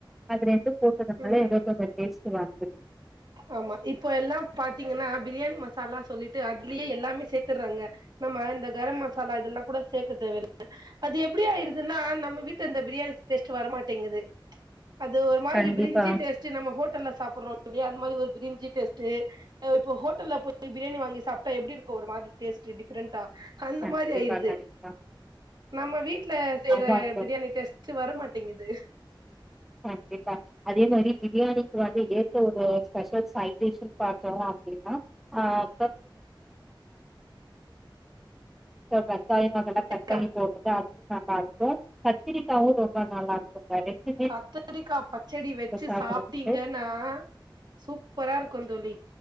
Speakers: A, in the centre; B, on the right.
A: அது ரெண்டு போட்டதுனால
B: ம்
A: ஏதோ கொஞ்சோ டேஸ்ட்டு வாங்குது
B: ஆமா இப்போ எல்லா பாத்தீங்கன்னா பிரியாணி மசாலா சொல்லிட்டு அதுலே எல்லாமே சேத்துராங்க நம்ம இந்த கரம் மசாலா இதெல்லா கூட சேக்க தேவயில்ல அது எப்டி ஆய்ருதுன்னா நம்ம வீட்டு இந்த பிரியாணி டேஸ்ட்டு வரமாட்டேங்குது அது ஒரு மாதிரி
A: கண்டிப்பா
B: பிரிஞ்சி டேஸ்ட்டு நம்ம ஹோட்டல்ல சாப்புடுறோ இல்லையா அந்த மாதிரி ஒரு பிரிஞ்சி டேஸ்ட்டு அ இப்ப ஹோட்டல்ல போய் பிரியாணி வாங்கி சாப்ட்டா எப்டி இருக்கு ஒரு மாதிரி டேஸ்ட்டு டிஃப்ரெண்டா அந்த
A: கண்டிப்பா
B: மாரி ஆய்ருது
A: கண்டிப்பா.
B: நம்ம வீட்டல செய்ற
A: ஆமாங்க.
B: பிரியாணி டேஸ்ட்டு வரமாட்டேங்குது
A: கண்டிப்பா அதே மாரி பிரியாணிக்கு வந்து ஏத்த ஒரு ஸ்பெஷல் சைடிஷ்ன்னு பாத்தோ அப்டின்னா ஆ <inaudible> தக்காளி மொதல்ல கட் பண்ணி
B: கா
A: போட்டுடா நல்லா இருக்கும் கத்திரிக்காவும் ரொம்ப நல்லா இருக்கும் <unintelligible> ரெண்டு
B: கத்தரிக்காய் பச்சடி வச்சு
A: சாப்பிடறதுக்கு.
B: சாப்பிட்டீங்க ன்னா சூப்பரா இருக்குன் ‌ தோழி